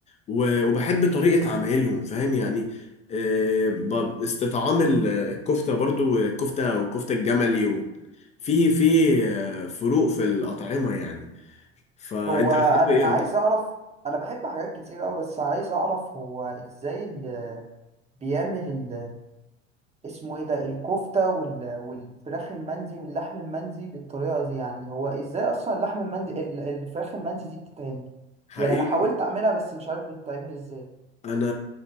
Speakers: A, on the left (about 20°); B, on the right (about 15°).
A: و... وبحب طريقة عمايلهم فاهم يعني آه، ب- استطعام ال- الكفتة برضو الكفتة والكفتة الجملي و... في في آه، فروق في الأطعمة يعني فأنت
B: هو أنا
A: بتحب إيه
B: عايز أعرف أنا بحب حاجات كتير أوي بس عايز أعرف هو إزاي اللي بيعمل اسمه ايه ده الكفتة وال... والفراخ المندي واللحم المندي بالطريقة دي يعني هو ازاي اصلا اللحم المندي ال- الفراخ المندي دي بتتعمل
A: حقيقي
B: يعني انا حاولت اعملها بس مش عارف بتتعمل ازاي
A: انا